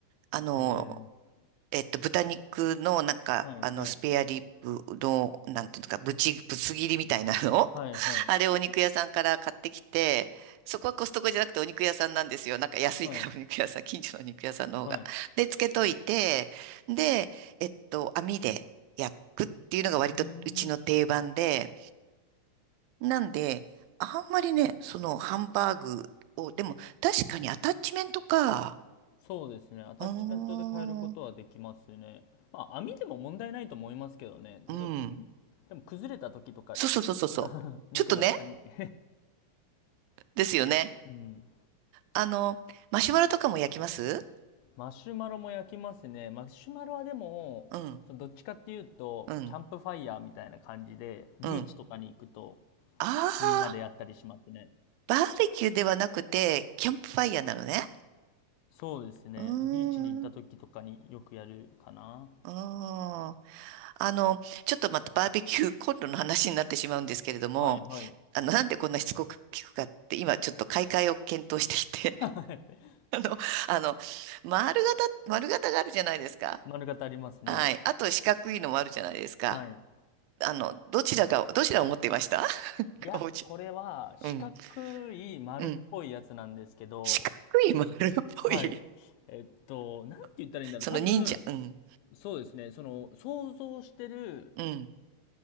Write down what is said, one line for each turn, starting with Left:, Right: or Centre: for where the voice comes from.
Right: あの、
Left: へえ。
Right: えっと、豚肉の、なんか、
Left: はいはい。
Right: あの、スペアリブの、なんていうんですか、ぶち、ぶつ切りみたいなの
Left: はいはい
Right: <laughs> あれ、お肉屋さんから買ってきて、そこはコストコじゃなくてお肉屋さんなんですよ。なんか安いからお肉屋さん、
Left: はい
Right: 近所のお肉屋さんの方が。
Left: はい。
Right: で、つけといて、で、えっと、網で焼くっていうのが割とうちの定番で、
Left: うーん。
Right: なんで、あんまりね、そのハンバーグを、でも確かにアタッチメントか、
Left: そうですね。アタッチメントで変えることはできますね。
Right: うーん、
Left: まあ、網でも問題ないと思いますけどね。たとうん。
Right: うん。
Left: でも崩れた時とか、
Right: そうそうそうそうそう。
Left: <laughs> 肉が下に
Right: ちょっとね、
Left: <laughs>
Right: ですよね。
Left: うん。
Right: あの、マシュマロとかも焼きます
Left: マシュマロも焼きますね。マシュマロはでも、
Right: うん、
Left: どっちかっていうと、
Right: うん、
Left: キャンプファイヤーみたいな感じで、ビーチとかに行くと、
Right: うん。あ
Left: みんなでやったりしますね。
Right: あ、バーベキューではなくて、キャンプファイヤーなのね。
Left: そうですね。
Right: うー
Left: ビーチに行った時とかによくやるかな。
Right: ん、うーん。あの、ちょっとまたバーベキューコンロの話になってしまうんですけれども、
Left: はいはい。
Right: あの、なんでこんなしつこく聞くかって、今ちょっと買い替えを検討していて、
Left: <laughs> はい
Right: <laughs> あの、あの、丸型、丸型があるじゃないですか。
Left: 丸型ありますね。
Right: はい。あと四角いのもあるじゃないですか。
Left: はい。
Right: あの、どちらが、どちらを持っていました
Left: いや、
Right: おじ、
Left: これは四角い丸っぽいやつなんですけど、
Right: うん、うん。四角い丸っぽい。
Left: はい。えっと、なんて言ったらいいんだろう。
Right: <laughs> その忍者、
Left: 多分、
Right: うん、
Left: そうですね。その、想像してる
Right: うん。